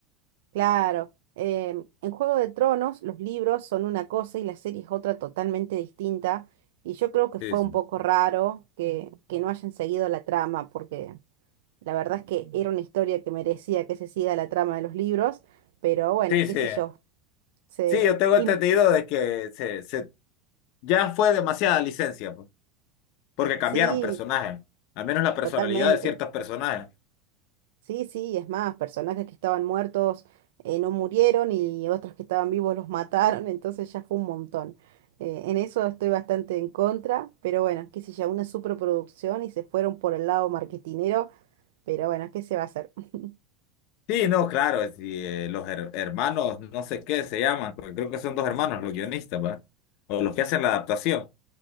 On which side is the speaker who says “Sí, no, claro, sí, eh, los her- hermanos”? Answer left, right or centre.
Left